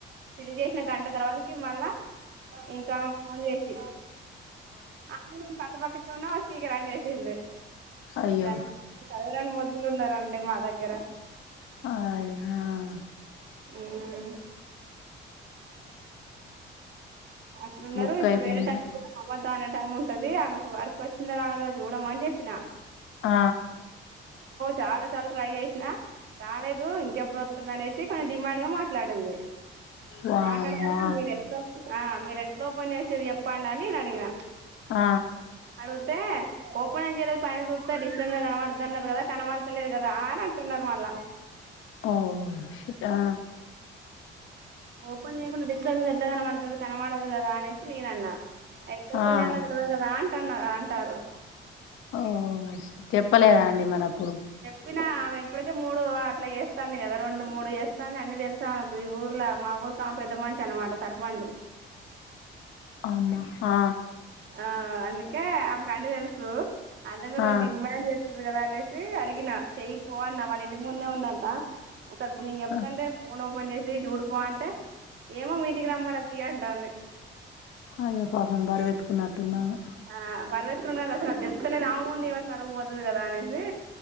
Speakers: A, on the right; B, on the left.
A: ఫిల్ చేసినా గంట తర్వాతకి మళ్ళా. ఇంకా మాకు ఫోన్ చేసి ఆ మేడం పక్కపక్క ఎవర్నో స్పీకర్ ఆన్ చేసింది
B: అయ్యో
A: గా చదువు రాని మొద్దులు ఉన్నారండి. మా దగ్గర
B: అయినా
A: ఉమ్ అట్లునారు
B: బుక్
A: ఇప్పుడు
B: అయిపోయిందా
A: వేరే దానికి కూడా మళ్ళా అనే టైం ఉంటది ఆమెకు వర్క్ వచ్చిందొరలేదో చూడమని చెప్పినా
B: ఆ
A: చాలా సార్లు ట్రై చేసినా రాలేదు ఇంకెప్పుడు వత్తది అనేసి కొంచెం డిమాండ్ గా మాట్లాడింది
B: వామ్మో
A: మాట్లాడేసరికి మీర ఎట్లా ఆ మీరు ఎట్లా ఓపెన్ చేస్త ఇది చెప్పండాని నేను అడిగినా
B: ఆ
A: అడిగుతే ఓపెనెం చేయలేదు పైన చుతే డిస్ప్లేమీదా కనపడ్తాద్ అన్నారు కదా కనమాడతలేదు కదా అని అంటున్నారు మళ్ళా
B: హోస్టా
A: ఓపన్ చేయకుండా బుక్ ఎందుకు అట్లా కనపడతాది కనపడదు కదా అనే సి నేన అన్న ఎ <unintelligible>
B: ఆ
A: మిగలదు కదా టన్న అంటారు
B: ఓ చేపలేదా అండి మ నప్పుడు
A: చెప్పినా ఆమె ఇప్పటికే మూడు అట్లా చేస్తాంది కదా రెండు మూడు చేస్తాంది అన్నీ తెలుసామెకు ఈ ఊర్లో మా ఊరికి ఆమె పెద్ద మనిషి అన్నమాట సర్పంచ్
B: ఆమ ఆ
A: ఆ అందుకే ఆమెకు అన్నీ తెలుసు అందరం కొంచెం
B: ఆ
A: డిమాండ్ చె కద అనేసి అడిగిన చెయ్యిపో అన్న వాళ్ళ ఇంటి ముందే ఉందంట ఒక సారి ఇప్పుడు నేను చెప్తాంటే
B: ఆ,
A: ఫోన్ పని చేేసి చూడుపో అంటే ఏమో మీ ఇంటికి రమ్మని తీ అంటాంది
B: అయ్యో పాపం బర్వేతుకున్నటుందామె
A: ఆ బరువెత్తుకున్నదసలు అది తెలుత్తలేదు ఆమె ముందు ఈమె పరువు పోతది కదా అనేసి